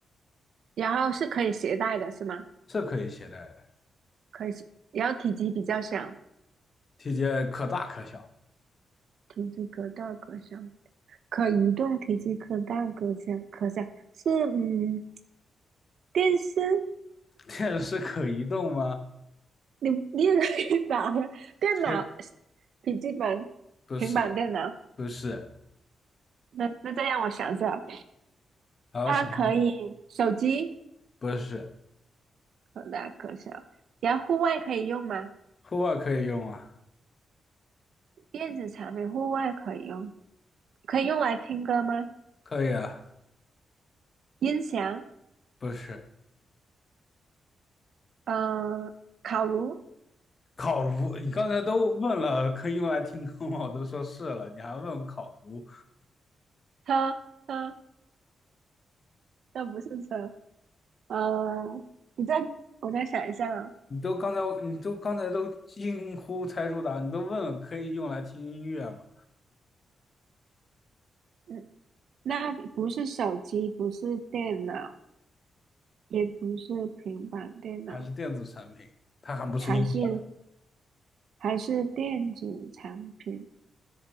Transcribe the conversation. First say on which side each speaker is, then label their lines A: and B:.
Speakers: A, on the right (about 70°); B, on the left (about 35°).
A: 然后是可以携带的是吗？
B: 是可以携带的，
A: 可以，然后体积比较小。
B: 体积可大可小。
A: 体积可大可小，可移动，体积可大可小，可小是嗯，电视，
B: 电视可移动吗？
A: 你你也可以打呀，电脑、
B: 这
A: 笔记本、
B: 不是，
A: 平板电脑。
B: 不是。
A: 那那再让我想想，
B: 好好想想，
A: 它可以手机
B: 不是。
A: 可大可小，然后户外可以用吗？
B: 户外可以用啊，
A: 电子产品户外可以用，可以用来听歌吗？
B: 可以啊，
A: 音响，
B: 不是。
A: 嗯，烤炉，
B: 烤炉，你刚才都问了可以用来听歌吗？我都说是了，你还问烤炉？
A: 车车，那不是车，嗯，你再我再想一下啊。
B: 你都刚才你都刚才都惊呼猜出答案，你都问可以用来听音乐吗？
A: 嗯那不是手机，不是电脑，也不是平板电脑，
B: 还是电子产品？它还不是音响？
A: 还是还是电子产品。